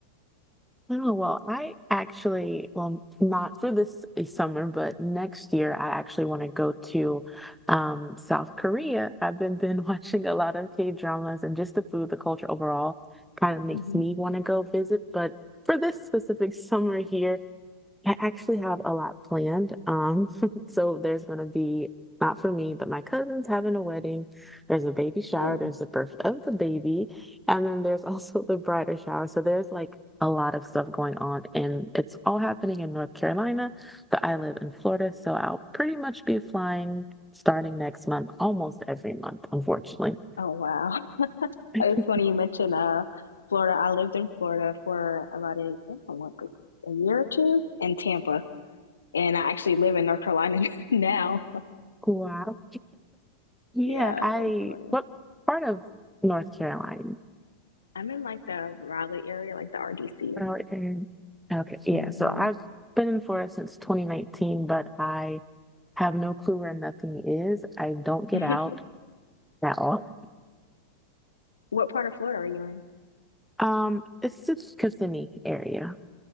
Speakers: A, in the centre; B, on the left.
A: Oh, well, I actually, well, not for this eh, summer, but next year, I actually want to go to um, South Korea. I've been been <laughs> watching a lot of K-dramas and just the food, the culture overall kind of makes
B: Mhm.
A: me want to go visit. But for this specific <laughs> summer here, I actually have a lot planned. Um, <laughs> so there's gonna be not for me, but my cousin's having a wedding. There's a baby shower,
B: Cool.
A: there's the birth of the baby, and then there's <laughs> also the bridal shower. So there's like a lot of stuff going on, and it's all happening in North Carolina, but I live in Florida, so I'll pretty much be flying starting next month, almost every month, unfortunately.
B: Oh wow.
A: <laughs>
B: It's funny you mentioned uh Florida. I lived in Florida for about a, I don't know, like a year or two in Tampa, and I actually live in North Carolina <laughs> now.
A: Wow. Yeah,
B: Yeah,
A: I
B: it's funny.
A: what part of North Carolina?
B: I'm in like the Raleigh area, like the RDC.
A: Oh, okay. Okay, yeah.
B: hmm
A: So I've been in Florida since 2019, but I have no clue where nothing is. I don't get
B: <laughs>
A: out at all.
B: What part of Florida are you in?
A: Um, it's just Kissimmee area.